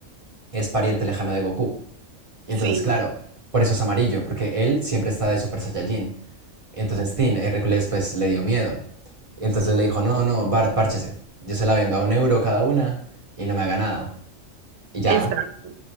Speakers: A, on the right; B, on the right.
A: es pariente lejano de Goku. Y entonces,
B: Sí,
A: claro, por eso es amarillo, porque él siempre está de Super Saiyajin. Entonces Tin, Hércules pues le dio miedo. Entonces
B: sí.
A: le dijo, no, no, Bart, párchese. Yo se la vendo a un euro cada una y no me haga nada. Y ya,
B: Exacto.